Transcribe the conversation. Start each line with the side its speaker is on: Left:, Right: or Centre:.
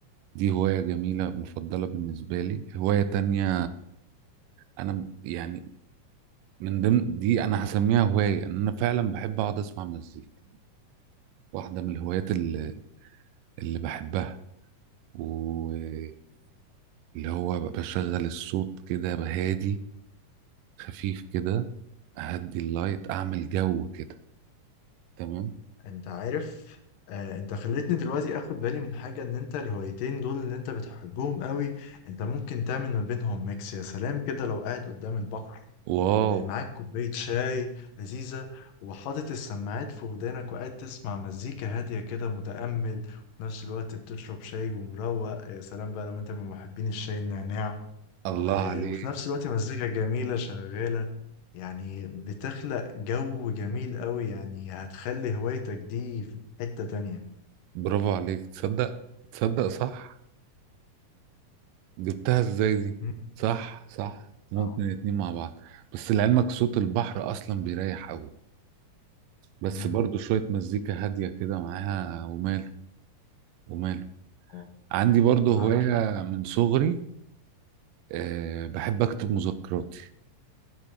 Right: دي هواية جميلة مفضلة بالنسبة لي هواية تانية انا يعني من ضمن دي انا هسميها هواية ان انا فعلا بحب اقعد اسمع مزيكا واحدة من الهوايات اللي, اللي بحبها واللي هو بشغل الصوت كده بهادي خفيف كده اهدي اللايت اعمل جو كده تمام
Left: انت عارف آه، انت خلتني دلوقتي اخد بالي من حاجة ان انت الهوايتين دول اللي انت بتحبهم قوي انت ممكن تعمل ما بينهم ميكس يا سلام كده لو قاعد قدام البحر
Right: واو
Left: ومعاك كوباية شاي لذيذة وحاطط السماعات في ودانك وقاعد تسمع مزيكا هادية كده متأمل وفي نفس الوقت بتشرب شاي ومروق يا سلام بقى لو انت من محبين الشاي النعناع
Right: الله
Left: و-
Right: عليك
Left: وفي نفس الوقت مزيكا جميلة شغالة يعني بتخلق جو جميل قوي يعني هتخلي هوايتك دي في حتة تانية
Right: برافو عليك تصدق تصدق صح جبتها ازاي دي
Left: مم.
Right: صح صح ممكن
Left: اه
Right: الاتنين مع بعض بس لعلمك صوت البحر اصلا بيريح قوي بس
Left: مم.
Right: برضو شوية مزيكا هادية كده معاها وماله وماله
Left: اه
Right: عندي برضو
Left: معاك
Right: هواية
Left: حق
Right: من صغري أه بحب اكتب مذكراتي